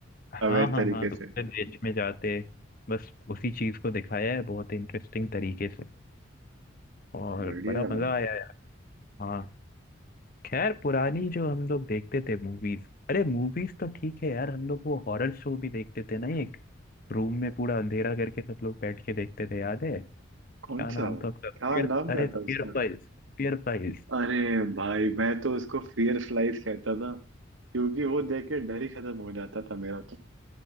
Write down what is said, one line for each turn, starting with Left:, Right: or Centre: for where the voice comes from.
Left: हाँ
Right: अवैध
Left: हाँ
Right: तरीके
Left: हाँ दूसरे
Right: से
Left: देश में जाते बस उसी चीज को दिखाया है बहुत इंटरेस्टिंग तरीके से और
Right: बढ़िया
Left: बड़ा मजा
Right: भाई
Left: आया यार हाँ खैर पुरानी जो हम लोग देखते थे मूवीज अरे मूवीज तो ठीक है यार हम लोग वो हॉरर शो भी देखते थे ना एक रूम में पूरा अंधेरा करके सब लोग बैठ के देखते थे याद है क्या
Right: कौन
Left: नाम
Right: सा
Left: था उसका
Right: क्या
Left: फिर
Right: नाम
Left: अरे
Right: क्या था
Left: फियर
Right: उसका
Left: फाइल्स Fear files
Right: अरे भाई मैं तो उसको फियर स्लाइस कहता था क्योंकि वो देख के डर ही खत्म हो जाता था मेरा तो